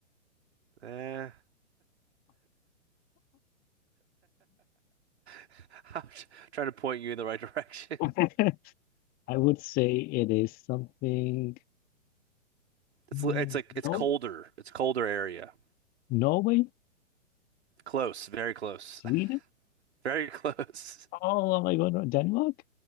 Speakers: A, on the right (about 55°); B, on the left (about 25°).
A: Eh, <laughs> I'm tr- trying to point you in the right <laughs> direction.
B: <laughs> I would say it is something.
A: It's
B: mm,
A: li- it's like it's
B: No,
A: colder. It's colder area.
B: Norway,
A: Close, very close.
B: Sweden.
A: <laughs> Very close.
B: Oh, am I going to Denmark?